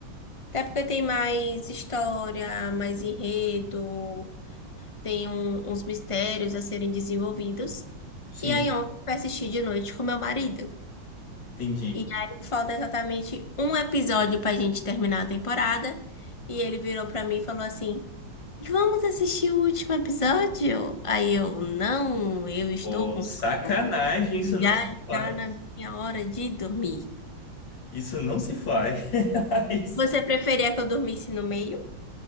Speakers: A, on the left; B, on the left.
A: Até porque tem mais história, mais enredo, tem um- uns mistérios a serem desenvolvidos.
B: Sim,
A: E aí ontem eu assisti de noite com meu marido.
B: entendi.
A: E aí falta exatamente um episódio pra gente terminar a temporada. E ele virou pra mim e falou assim: Vamos assistir o último episódio? Aí eu, não, eu estou
B: Oh,
A: com
B: sacanagem,
A: sono.
B: isso não
A: Já
B: se
A: está
B: faz.
A: na minha hora de dormir.
B: Isso não se faz. <laughs>
A: Você preferia que eu dormisse no meio?